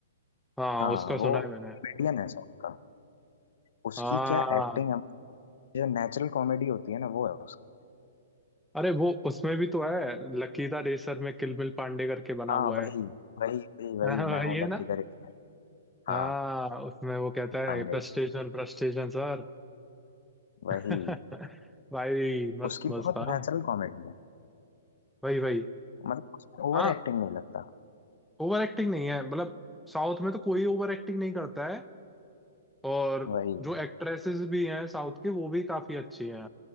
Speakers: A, in the centre; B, on the left.
A: हाँ
B: हाँ
A: उसका सुना
B: वो
A: है मैंने
B: कॉमेडियन है साउथ का उसकी
A: हाँ
B: क्या एक्टिंग है जो नेचुरल कॉमेडी होती है ना वो है उसकी
A: अरे वो उसमें भी तो है लकीदा रेसर में किलमिल पांडे करके बना
B: हाँ
A: हुआ
B: वही
A: है
B: वही वही
A: <laughs>
B: वही
A: हाँ, वही
B: मैं हूँ
A: है
B: लक्की
A: ना
B: द रेसर
A: हाँ
B: हाँ
A: उसमें वो कहता है
B: पांडे
A: प्रस्टेशन प्रस्टेशन सर
B: वही
A: <laughs> भाई मस्त
B: उसकी
A: मस्त
B: बहुत
A: था
B: नेचुरल कॉमेडी है
A: वही वही
B: मतलब उसमें ओवर
A: हाँ
B: एक्टिंग नहीं लगता
A: ओवर एक्टिंग नहीं है मतलब साउथ में तो कोई ओवर एक्टिंग नहीं करता है और
B: वही
A: जो एक्ट्रेसेस भी हैं साउथ की वो भी काफी अच्छी हैं